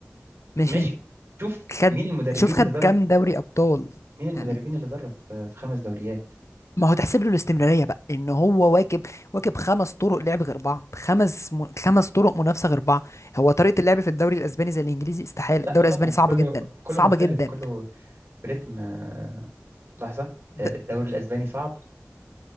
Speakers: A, on the left; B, on the right.
A: ماشي
B: ماشي شوف
A: خد
B: مين المدربين
A: شوف خد
B: اللي درب
A: كام دوري ابطال
B: مين المدربين
A: يعني
B: اللي درب في في خمس دوريات
A: ما هو تحسب له الاستمراريه بقى ان هو واكب واكب خمس طرق لعب غير بعض خمس م... خمس طرق منافسه غير بعض هو طريقه اللعب في الدوري الاسباني زي الانجليزي استحاله
B: لا
A: الدوري
B: طبعا
A: الاسباني صعب
B: كله
A: جدا
B: كله
A: صعب
B: مختلف
A: جدا
B: كله بريتم آه، لحظة آه،
A: د...
B: الدوري الأسباني صعب